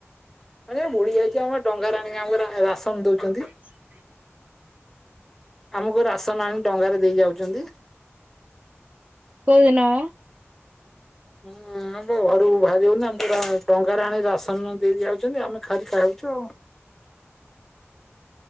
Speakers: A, in the centre; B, on the right.
A: ଆମେ ବୁଡି ଯାଇଛୁ ଆମ ଡଙ୍ଗାରେ ଆଣିକି ଆମକୁ ରା ରାସନ ଦଉଛନ୍ତି।
B: <inaudible>
A: ଆମକୁ ରାସନ ଆଣି ଡ଼ଙ୍ଗାରେ ଦେଇ ଯାଉଛନ୍ତି।
B: କୋଉଦିନ ବା?
A: ହୁଁ ଆମେ ଘରୁ ବାହାରି ହଉନି ଆମକୁ ପୁରା ଡଙ୍ଗାରେ ଆଣି ରାସନ ଦେଇ ଯାଉଛନ୍ତି ଆମେ ଖାଲି ଖାଉଛୁ ଆଉ।